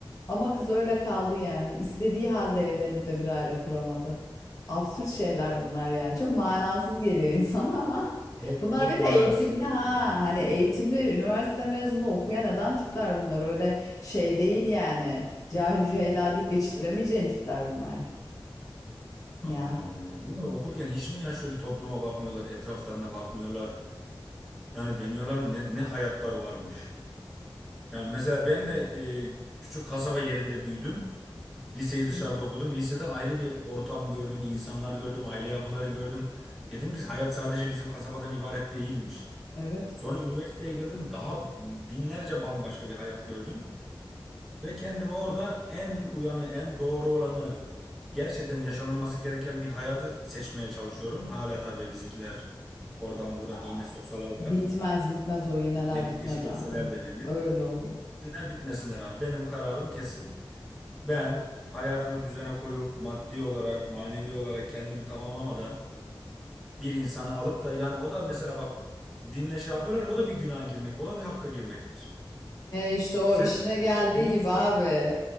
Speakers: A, on the left; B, in the centre.
A: Ama kız öyle kaldı yani. İstediği halde evlenip de bir aile kuramadı. Absürt şeyler bunlar yani. Çok manasız geliyor insana ama. <laughs>
B: Çok
A: Bunlar
B: çok
A: bir
B: manasız
A: de eğitimli
B: geliyor
A: ha.
B: yani.
A: Hani eğitimli üniversite mezunu okuyan neden tipler bunlar. Öyle şey değil yani. Cahil cüheyla deyip geçiştiremeyeceğin tipler bunlar. Ya.
B: Allah Allah. Bunlar okurken hiç mi ya şöyle topluma bakmıyorlar, etraflarına bakmıyorlar? Yani demiyorlar mı ne, ne hayatlar varmış? Yani mesela ben de e, küçük kasaba yerinde büyüdüm. Liseyi dışarıda
A: Evet.
B: okudum. Lisede ayrı bir ortam gördüm, insanlar gördüm, aile yapıları gördüm. Dedim ki hayat sadece bizim kasabadan ibaret değilmiş.
A: Evet.
B: Sonra üniversiteye geldim, daha binlerce bambaşka bir hayat gördüm. Ve kendime orada en uyanı, en doğru olanı, gerçekten yaşanılması gereken bir hayatı seçmeye çalışıyorum. Hala tabii bizimkiler oradan buradan
A: Aa,
B: iğne soksalar
A: Bitmez
B: da,
A: bitmez o iğneler
B: delik
A: bitmez
B: deşik etseler
A: abi.
B: de beni.
A: Öyle olur o.
B: Bitsinler bitmesinler abi. Benim kararım kesin. Ben hayatımı düzene koyup maddi olarak, manevi olarak kendimi tamamlamadan bir insanı alıp da yani o da mesela bak dinle şey yapıyorlar o da bir günaha girmek, o da bir hakka girmektir.
A: E işte o
B: Sen
A: işine geldiği
B: bilinçsiz,
A: gibi abi.